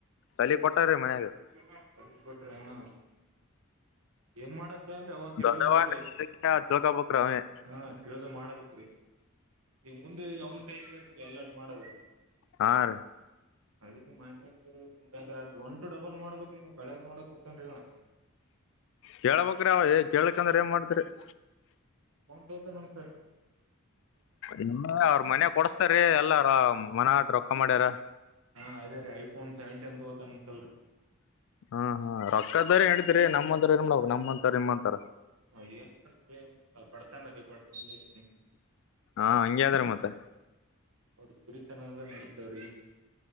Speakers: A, on the left (about 60°); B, on the right (about 75°).
A: ಸಲಿ ಕೊಟ್ಟಾರಿ
B: <inaudible>
A: ಮನ್ಯಾಗ
B: ಏನ್ ಮಾಡಕ್. ಲ್ರಿ ಅವ ತಿಳಬೇಕ್ರಿ
A: ದೊಡ್ಡವ ತಿಳ್ಕೊಬೇಕ್ರಿ ಅವನೇ
B: ಹಾ ತಿಳ್ದ ಮಾಡ್ಬೇಕ್ರಿ. ಈನ್ ಮುಂದೆ ಅವ್ನ್ ಕೈಯಗ ಇರ್ತದೆ ಎಲ್ಲಾ ಮಾಡದ್.
A: ಹಾ ರೀ
B: ಅದಿಕೆ ಮಾಡಕ. ಕರ ದೊ ಒಂಟು ಡಬಲ್ ಮಾಡ್ಬೇಕ್ರಿ ನೀವ್ ಕಳೆಗ್ ನೋಡಕ್. ಕುತ್ತನ್ರಿ ಇವ
A: ಕೇಳ್ಬೇಕ್ರಿ ಅವ ಕೇಳಕಂದ್ರೆ ಏನ್ ಮಾಡತಿ. ಅ್ರೆ <inaudible>
B: ನ <unintelligible>
A: ಇ ಅವ್ರ ಮನೆ ಕೊಡಸ್ತಾರೀ ಎಲ್ಲಾರ. ಮನ ಆಟ್ಟ್ ರೊಕ್ಕ ಮಾಡ್ಯಾರೇ.
B: ಹಾ ಅದೇ ರೀ ಐಫೋನ್ ಸೆವೆಂಟೀನ್ ತೋಗೋತ್ನಲ್ರಿ.
A: ಹಾ ಹಾ ರೊಕ್ಕದರ್ ಇಡೀತೀರಿ ನಮ್ಮಂಂತರ ಏನ್ ಮಾಡ್ಬೇಕು ನಮ್ಮಂತರ ಏನ್ ಮಾಡ್ತಾರ
B: <unintelligible>
A: ಹಾ ಹಂಗಗೆದ್ರ ಮತ್ತ
B: ಅವ್ರ ಸುರಿತನದ ನಡಿದ್ದವ್ರಿಗೆ